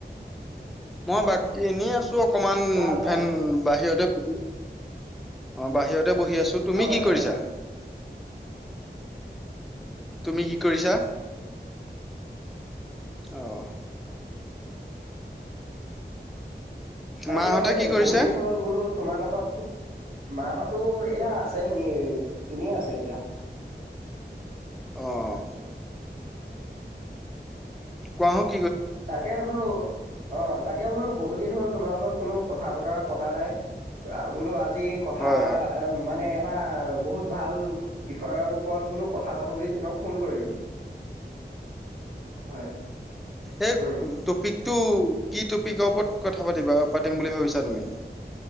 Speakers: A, in the centre; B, on the right.
A: মই বাক এনে আছো অকমান
B: ভাল ভাল
A: ফেন বাহিৰতে বহ অ বাহিৰত তে বহি আছো তুমি
B: হয়
A: কি
B: হয়
A: কৰিছা তুমি কি কৰিছা আহ
B: তাকে
A: মাহঁতে কি কৰিছে?
B: বহুত দিন হ'ল বোলো তোমাৰ লগত মাহতো এয়া আছে এনেই এনেই আছে এতিয়া
A: আহ কোৱাাহক
B: তাকে বোলো অ তাকে বোলো বহুত দিন হ'ল তোমাৰ লগত কোনো কথা বতৰা পতা নাই বোলো আজি আি কথা
A: হয় হয়
B: এ মানে এটা বহুত ভাল বিষয়ৰ ওপৰত বোলো কথা পাতো বুলি তোমাক ফোন কৰিলোঁ হয়
A: এই
B: উম
A: টপিকটো কি টপিকৰ ওপৰত কথা পাতিবা পাতিম বুলি ভাবিছা তুমি